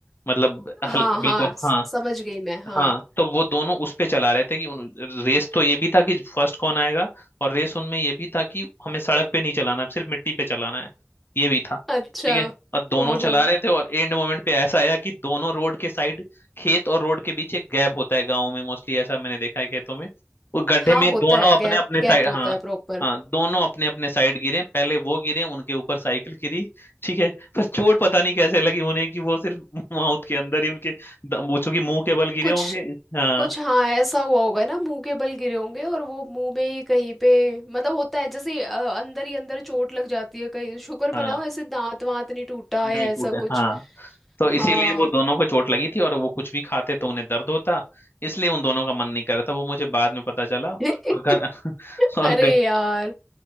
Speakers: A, on the left; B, in the centre.
A: मतलब
B: हाँ
A: हल्का बिल्कुल
B: हाँ स-
A: हाँ
B: समझ गई मैं हाँ
A: हाँ तो वो दोनों उस पे चला रहे थे कि उन, रेस तो ये भी था कि फर्स्ट कौन आएगा और रेस उनमें ये भी था कि हमें सड़क पे नहीं चलाना सिर्फ मिट्टी पे चलाना है ये भी था
B: अच्छा
A: ठीक है और दोनों
B: ओहो
A: चला रहे थे और एंड मोमेंट पे ऐसा आया कि दोनों रोड के साइड खेत और रोड के बीच एक गैप होता है गाँव में मोस्टली ऐसा मैंने देखा है खेतों में वो गड्ढे
B: हाँ
A: में
B: होता
A: दोनों
B: है
A: अपने
B: गैप
A: अपने
B: गैप
A: साइड
B: होता
A: हाँ
B: है प्रॉपर
A: हाँ दोनों अपने अपने साइड गिरे पहले वो गिरे उनके ऊपर साइकिल गिरी ठीक है पर चोट पता नहीं कैसे लगी उन्हें कि वो सिर्फ <laughs> माउथ के अंदर ही उनके द- वो चूंकि मुंह के बल गिरे
B: कुछ
A: होंगे हाँ
B: कुछ हाँ ऐसा हुआ होगा ना मुंह के बल गिरे होंगे और वो मुंह में ही कहीं पे मतलब होता है जैसे अ, अंदर ही अंदर चोट लग जाती है कहीं शुक्र
A: हाँ
B: मनाओ ऐसे दांत वांत नहीं टूटा या
A: नहीं
B: ऐसा
A: टूटे
B: कुछ
A: हाँ तो इसीलिए
B: हाँ
A: वो दोनों को चोट लगी थी और वो कुछ भी खाते तो उन्हें दर्द होता इसलिए उन दोनों का मन नहीं कर रहा था वो मुझे बाद में पता चला
B: <laughs>
A: और घर <laughs> और
B: अरे
A: घर
B: यार